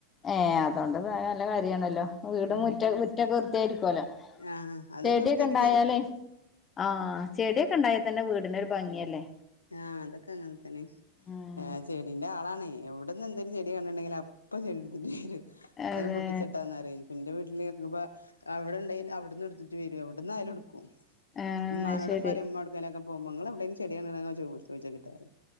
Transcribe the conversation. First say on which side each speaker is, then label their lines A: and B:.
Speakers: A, on the left; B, on the left.
A: ഏ അതുകൊണ്ട് നല്ല കാര്യണല്ലോ വീടും
B: ഉം
A: മുറ്റ മുറ്റൊക്കെ വൃത്തിയായിരിക്കുവല്ലോ
B: ആഹ് അതൊക്കെ
A: ചെടിയൊക്കെ
B: വൃത്തിയാക്കി
A: ഉണ്ടായാലേ
B: തരും
A: ആഹ് ചെടിയൊക്കെ ഉണ്ടായാൽ തന്നെ വീടിന് ഒരു ഭംഗിയല്ലേ
B: ആഹ് അതൊക്ക അങ്ങനെ തന്നെ ഏണ്
A: ഉം
B: ഏ ചെടിന്റെ ആളാണേ എവിടന്ന് എന്തേലും ചെടി കണ്ടിട്ടുണ്ടങ്കില് അപ്പൊ ചെ <unintelligible> അത്
A: അതെ
B: പൊട്ടിച്ച് ഇട്ടത് ആന്ന് പറയും ന്റെ വീട്ടിൽ ആയിരിന്നപ്പ അവിടെ ഇണ്ടായില്ല അവിടുന്നും എടുതിട്ട് വരും എവിടുന്ന് ആണേലും എടുക്കും.
A: ആഹ്
B: ഉമ്മാനോടും
A: ശരി
B: പറയും ഉമ്മ എവിടകേലും ഒക്കെ പോകുമ്പോ ങ്ങളെവിടെലും ചെടി കണ്ട്ണ്ടെങ്കിൽ എന്ന് ചോദി ചോദിച്ച് നോക്ക്ട്ടാ